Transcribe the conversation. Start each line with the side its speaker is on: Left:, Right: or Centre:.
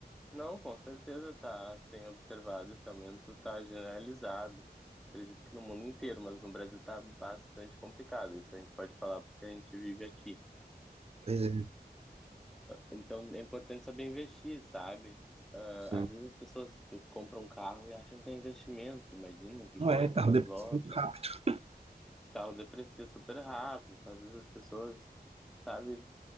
Centre: não, com certeza tá. Tenho observado esse aumento tá generalizado. Acredito que no mundo inteiro, mas no Brasil tá bastante complicado. Isso a gente pode falar porque a gente vive aqui.
Right: Pois é.
Centre: Então é importante saber investir, sabe? Ah,
Right: Sim.
Centre: às vezes as pessoas compram um carro e acham que é investimento, imagina que
Right: Não
Centre: coisa
Right: é, carro
Centre: mais
Right: deprecia
Centre: louca.
Right: muito rápido.
Centre: O carro deprecia super rápido, então, às vezes as pessoas, sabe,